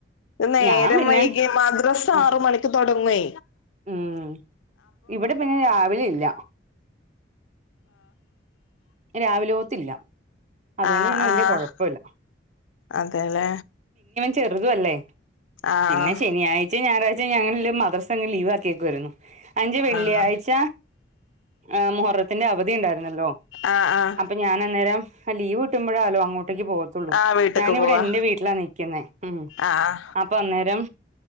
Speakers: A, on the left; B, on the right.
A: നേരം
B: ഞാൻ പിന്നെ
A: വൈകി മദ്രസ്
B: ഉം
A: ആറ് മണിക്ക് തുടങ്ങേ
B: ഉം ഇവിടെ പിന്നെ രാവിലെ ഇല്ല. രാവിലോത്തില്ല അതുകൊണ്ട്
A: ആഹ
B: പിന്നെ
A: ആഹ
B: വലിയ കുഴപ്പമില്ല
A: അതെല്ലേ
B: ചെറുത അല്ലേ
A: ആഹ്
B: പിന്നെ ശനാഴ്ച ഞായറാഴ്ച ഞങ്ങില് മദ്രസ അങ്ങ് ലീവ് ആക്കിയൊക്ക വരുന്നു. അഞ്ച് വെള്ളിയാഴ്ച
A: ആഹ്
B: ആ മുഹറത്തിന്റെ അവധി ഉണ്ടായിരുന്നല്ലോ?
A: ആഹ് ആഹ്
B: അപ്പൊ ഞാൻ അന്നേരം ലീവ് കിട്ടുമ്പോഴാലോ അങ്ങോട്ട് <unintelligible>
A: ആഹ് വീട്ട്ക്ക്
B: ഞാനിവിടെ
A: പോവാ
B: എന്റെ വീട്ടിലാ നിക്കുന്നേ ഉം
A: ആഹ്
B: അപ്പൊ അന്നേരം